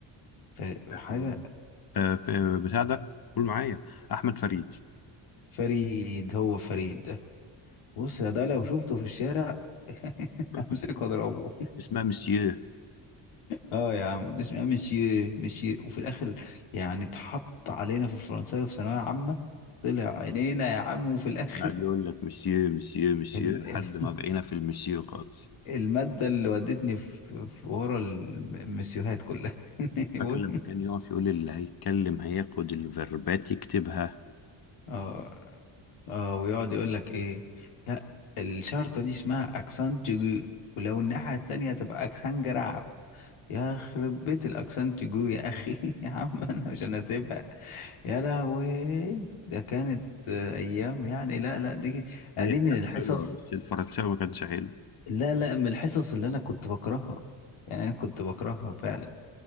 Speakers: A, on the left (about 80°); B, on the left (about 45°).
A: ف... حاجة
B: مم. آه، في- بتاع ده قول معايا احمد فريد
A: فريد هو فريد ده بص يا ده لو شفته في الشارع <laughs>
B: <laughs>
A: همسكه اضربه
B: اسمها مسيو
A: اه يا عم اسمها مشي مشي وفي الاخر يعني اتحط علينا في الفرنساوي في ثانوية عامة طلع عينينا يا عم وفي الاخر
B: قاعد يقول لك مسيو مسيو مسيو
A: ال...
B: لحد
A: ال...
B: ما
A: <laughs>
B: بقينا في المسيو خالص
A: المادة اللي ودتني في, في ورا المسيوهات كلها <laughs>
B: فاكر
A: بص
B: لما كان يقف يقول اللي هيتكلم هياخد الفيربات يكتبها
A: اه اه ويقعد يقول لك ايه لا الشرطة دي اسمها اكسان تيجو ولو الناحية التانية تبقى اكسان جراف يا خرب بيت الاكسان تيجو يا اخي <laughs> يا عم
B: <laughs>
A: انا مش انا سيبها يا لهوي ده كانت آه، ايام يعني لا لا دي آه،
B: هي
A: دي
B: كانت
A: من الحصص
B: حلوه بس الفرنساوي ما كانش حلو
A: لا لا من الحصص اللي انا كنت بكرهها يعني انا كنت بكرهها فعلا